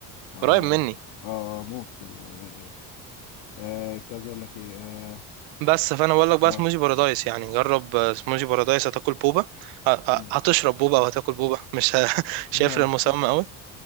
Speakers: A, on the left; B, on the right.
A: اه
B: قريب مني
A: اه موت يعني آه كنت عايز اقول لك ايه اه
B: بس فانا بقول لك بقى
A: اه
B: سموزي بارادايس يعني جرب آه، سموزي بارادايس هتاكل بوبا آه،
A: مم.
B: آه، هتشرب بوبا او هتاكل بوبا مش ه- <laughs> مش
A: <laughs>
B: هيفرق المسمى
A: اه
B: قوي